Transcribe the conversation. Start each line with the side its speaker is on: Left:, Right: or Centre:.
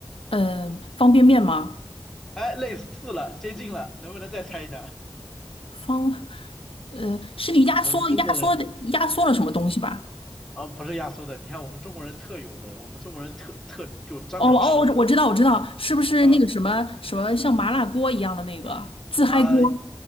Left: 嗯，呃方便面吗？
Centre: 哎，类似了，接近了，能不能再猜一下？
Left: 方，呃，是你压缩压缩的压缩了什么东西吧？
Centre: 我们中国人，我啊、不是压缩的，你看我们中国人特有的，我们中国人特特就专门吃的，
Left: 哦哦，我知我知道我知道，是不是那个什么什么像麻辣锅一样的那个自嗨锅？
Centre: 呃啊、